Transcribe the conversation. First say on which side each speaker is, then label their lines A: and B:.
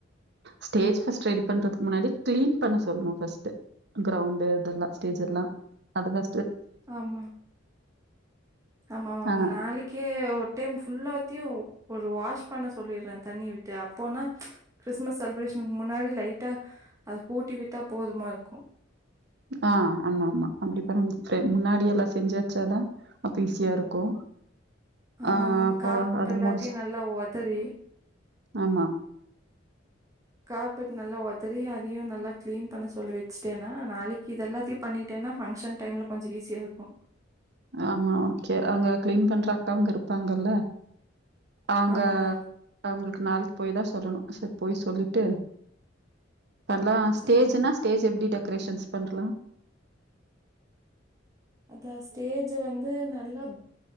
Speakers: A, on the right; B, on the right.
A: ஸ்டேஜ் ஃபஸ்ட் ரெடி பண்றதுக்கு முன்னாடி கிளீன் பண்ண சொல்லனு ஃப்ஸ்ட்டு க்ரௌண்டு இடெல்லா ஸ்டேஜ்ஜு எல்லா அதுதா
B: ஆமா ஆமா மேம்
A: ஆ
B: நாளைக்கே ஒரு டைம் ஃபுல்லா த்யு ஒரு வாஷ் பண்ண சொல்லிற்றே தண்ணி விட்டு அப்போனா க்றிஸ்மஸ் செல்ப்ரேஷனுக்கு முன்னாடி லைட்டா அத கூட்டி விட்டா போதுமா இருக்கு.
A: ஆஹ் ஆமா ஆமா அப்டிப்ப <unintelligible> முன்னாடி எல்லா செஞ்சு வெச்சாதா அப்ப ஈஸியா இருக்கு
B: ஆம்மா
A: ஆ
B: மேம்
A: அப்போ
B: கார்பெட்
A: அது
B: எல்லாத்தையு
A: முடிச்சு
B: நல்லா ஒதறி
A: ஆமா
B: கார்பெட் நல்லா ஒதரி அதியு நல்லா க்ளீன் பண்ண சொல்லி வெச்சு னா நாளக்கு இதெல்லாத்தயு பண்ணிட்டேன்னா ஃபங்க்ஷன் டைம்ல கொஞ்சொ ஈஸியா இருக்கு
A: ஆமா ஓகே அங்க க்ளீன் பண்ற அக்காங்க இருப்பாங்கல்ல அவங்க
B: ஆமா மேம்
A: அவங் நாளிக்கு போய் தா சொல்லணு சேர் போய் சொல்லிட்டு அத்லா
B: ஆ
A: ஸ்டேஜ்ன்னா
B: சரி மேம்
A: ஸ்டேஜ் எப்டி டெக் க்ரேஷன்ஸ் பண்ட்லா
B: அதா ஸ்டேஜு வந்து நல்லாப்